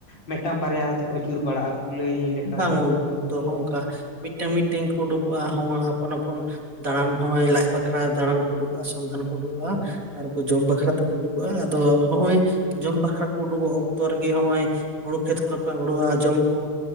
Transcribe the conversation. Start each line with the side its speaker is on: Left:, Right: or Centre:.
Left: ᱢᱮᱫᱴᱟᱝ ᱵᱟᱨᱭᱟ ᱠᱟᱛᱮ ᱠᱚ ᱟᱹᱪᱩᱨ ᱵᱟᱲᱟᱜᱼᱟ? ᱠᱩᱞᱟᱹᱭ ᱞᱮᱠᱟ
Right: ᱵᱟᱝ
Left: ᱜᱮ
Right: ᱜᱚᱝᱠᱮ,
Left: ᱩᱱᱠᱩ
Right: ᱩᱝᱠᱩ ᱫᱚ ᱦᱚᱸᱜᱼᱚᱝᱠᱟ ᱢᱤᱫᱴᱟᱝ ᱢᱤᱫᱴᱟᱝ ᱜᱮᱠᱚ ᱩᱰᱩᱠᱚᱜᱼᱟ ᱦᱚᱸᱜᱼᱟ ᱟᱯᱚᱱ ᱟᱯᱚᱱ ᱫᱟᱬᱟᱱ ᱦᱚᱜᱼᱚᱭ ᱞᱟᱡ ᱵᱟᱠᱷᱨᱟ ᱫᱟᱬᱟᱱ ᱠᱚ ᱩᱰᱩᱠᱚᱜᱼᱟ, ᱥᱚᱱᱫᱷᱟᱱ ᱠᱚ ᱩᱰᱩᱠᱚᱜᱼᱟ,
Left: ᱟᱪᱪᱷᱟ
Right: ᱟᱨ ᱡᱚᱢ ᱵᱟᱠᱷᱨᱟ ᱛᱮᱠᱚ ᱩᱰᱩᱠᱚᱜᱼᱟ, ᱟᱫᱚ ᱦᱚᱸᱜᱼᱚᱭ, ᱡᱚᱢ ᱵᱟᱠᱷᱨᱟ ᱠᱚ ᱩᱰᱩᱠᱚᱜ ᱚᱠᱛᱚ ᱨᱮᱜᱮ ᱦᱚᱜᱼᱚᱭ ᱦᱳᱲᱳ ᱠᱷᱮᱛ ᱠᱚᱨᱮ ᱠᱚ ᱦᱳᱲᱳᱜᱼᱟ ᱡᱚᱢ ᱠᱩ